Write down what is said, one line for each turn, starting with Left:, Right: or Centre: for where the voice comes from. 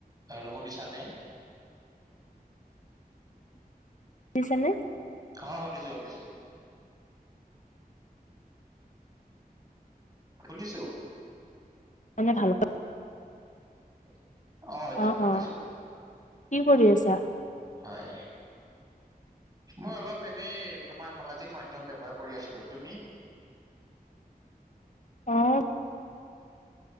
Right: হেল্লো শুনিছা নে
Left: শুনিছানে
Right: অ' শুনিছোঁ শুনিছোঁ শুনিছোঁ
Left: মানে ভালকৈ
Right: <inaudible> এতিয়া
Left: অ'
Right: শুনা
Left: অ'
Right: পাইছো।
Left: কি কৰি আছা
Right: হয় মই অলপ এনেই তোমাৰ সামাজিক মাধ্যম ব্যৱহাৰ কৰি আছিলোঁ তুমি
Left: অ'